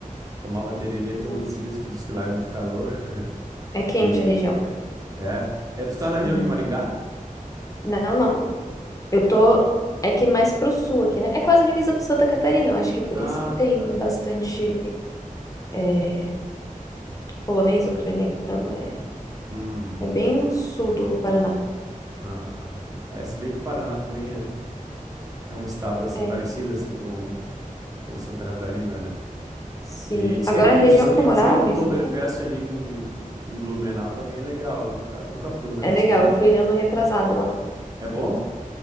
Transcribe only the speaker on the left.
Nossa.
É quente
a região.
Uhum.
Não, não. Eu tô. É que mais pro sul aqui, né? É quase divisa com Santa Catarina. Eu acho que por
isso que tem
bastante é, polonês, ucraniano. É,
é bem no sul do Paraná.
É.
Sim.
Agora
a região
que eu morava
em São Paulo.
É
legal,
eu fui ano retrasado lá.